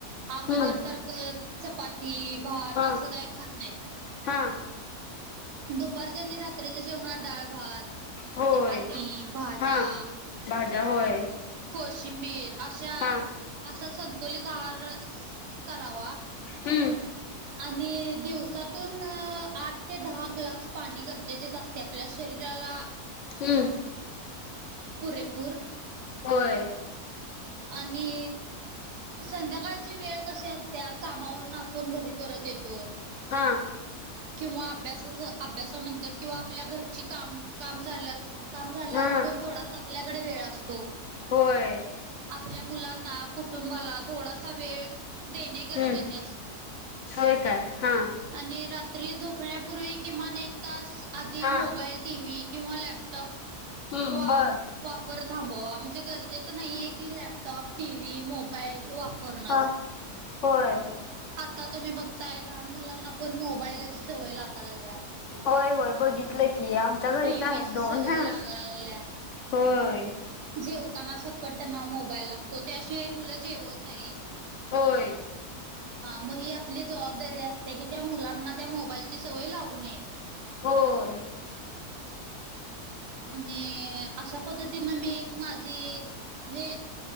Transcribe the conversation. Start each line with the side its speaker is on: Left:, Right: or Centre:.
Right: अगोदर
Left: हम्म
Right: सारखं चपाती भात
Left: हा
Right: असं काय खात नाहीत.
Left: हा
Right: दुपारच्यानी रात्रीच्या जेवणात डाळ भात
Left: होय
Right: चपाती भाज्या
Left: हा भाज्या होय.
Right: कोशिंबीर अशा
Left: हा
Right: असा संतुलित आहार सं करावा.
Left: हम्म
Right: आणि दिवसातून आठ ते दहा ग्लास पाणी गरजेचेच अस ते आपल्या शरीराला
Left: हम्म
Right: पुरेपूर
Left: होय.
Right: आणि संध्याकाळची वेळ कशी असत्या कामावरून आपण घरी परत येतो.
Left: हा.
Right: किंवा अभ्यासाच अभ्यासानंतर किंवा आपल्या घरची काम काम झाल्या काम झाल्यावर
Left: हा
Right: आपण थोडासा आपल्याकडे वेळ असतो.
Left: होय.
Right: आपल्या मुलांना, कुटुंबाला थोडासा वेळ देणे गरजेचे
Left: हम्म
Right: असते.
Left: होय काय हा
Right: आणि रात्री झोपण्यापूर्वी किमान एक तास आधी
Left: हा
Right: मोबाईल, टीव्ही किंवा लॅप टॉप
Left: हम्म
Right: वाप
Left: बर
Right: वापर थांबवा. म्हणजे गरजेचं नाही आहे की, लॅप टॉप, टीव्ही, मोबाईल वापरनच.
Left: हा होय.
Right: आता तुम्ही बघताय. लहान मुलांना पण मोबाईलची सवय लागायल्या.
Left: होय होय बघितलं. की आमच्या घरीच
Right: टीव्हीची
Left: आहेत दोन.
Right: सवय
Left: ह
Right: लागायल्या.
Left: होय.
Right: जेवताना सकट त्यांना मोबाईल लागतो. त्याशिवाय मुलं जेवत नाहीत.
Left: होय.
Right: हा मग ही आपली जबाबदारी असते की त्या मुलांना त्या मोबाईलची सवय लागू नये.
Left: होय.
Right: आणि अशा पद्धतीन मी एक माझी म्हणजे,